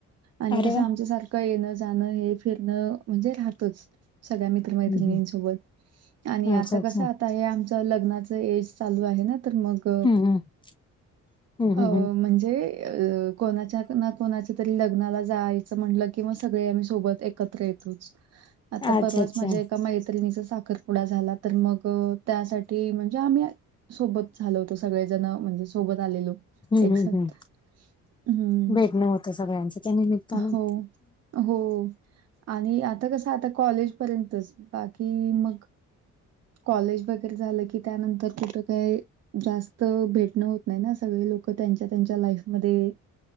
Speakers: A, on the right; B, on the left.
A: आणि
B: अरे
A: कसं
B: वा
A: आमचं सारखं येणं जाणं हे फिरणं म्हणजे राहतच सगळ्या मित मित्र - मैत्रिणीनं
B: हम्म
A: सोबत.
B: हम्म
A: आणि
B: अच्छा
A: आता
B: अच्छा
A: कसं आता हे आमचं लग्नाचं एज चालू आहे ना तर मग
B: <unintelligible> हम्म हम्म
A: अं
B: हम्म
A: म्हणजे अ कोणाच्या ना कोणाच्या तरी लग्नाला जायचं म्हटलं कि मग सगळे आम्ही सोबत एक एकत्र येतोच. आता
B: अच्छा
A: परवाच
B: अच्छा
A: माझ्या एका मैत्रिणीचा साखरपुडा झाला, तर मग त्यासाठी म्हणजे आम्ही सोबत झाल होतं सगळेजण म्हणजे सोबत आलेलो.
B: हम्म
A: एकसाथ
B: हम्म हम्म
A: हं
B: भेटणं होतं सगळ्यांचं त्या निमित्तानं
A: हो. हो आणि आता कस आता कॉलेज पर्यंतच बाकी मग कॉलेज वगैरे झालं की, त्यानंतर कुठं काय? जास्त भेटणं होत नाही ना सगळे लोकं त्यांच्या त्यांच्या लाईफमध्ये